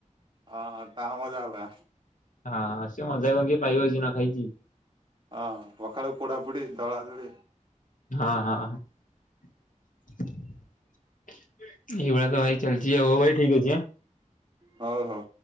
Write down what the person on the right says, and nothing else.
ହଁ-ହଁ ତା ମଜା ଅଲଗା।
ହଁ, ପଖାଳକୁ ପୋଡ଼ା ପୁଡ଼ି ଦଳା ଦୋଳି।
ହଉ-ହଉ।